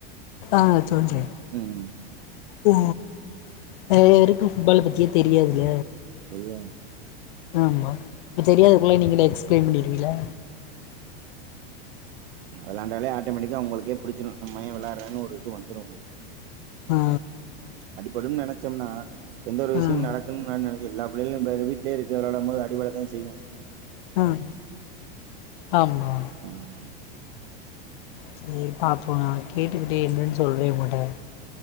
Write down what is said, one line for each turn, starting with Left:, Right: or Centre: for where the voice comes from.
Left: ஆஹ் சொல்றே
Right: ம்
Left: ஓ நிறைய பேருக்கு ஃபுட்பாலு பத்தியே தெரியாதுல
Right: தெரியா
Left: ஆமா இப்ப தெரியாதுக்குள்ள நீங்களே எக்ஸ் பிளான் பண்ணுறிவீங்களா
Right: வெளாண்டாலே ஆட் டமெட்டிக்கா உங்களுக்கே புடிச்சிரு நம்ம ஏ வெளாட்றனு ஒரு இது வந்துரு உங்களுக்கு
Left: ஆ
Right: அடிபடும் நெனச்சம்னா எந்த ஒரு விஷ்யம்
Left: ஆ ஆ
Right: நடக்கும் ந நெ எல்லா பிள்ளையிலு வீட்லயே இருக்க வெளாடும்போது அடிபட தா செய்யு
Left: ம் ஆமா
Right: ஆமா
Left: சேரி பாப்போ நா கேட்டுக்கிட்டே என்னன் சொல்றே உங்கட்ட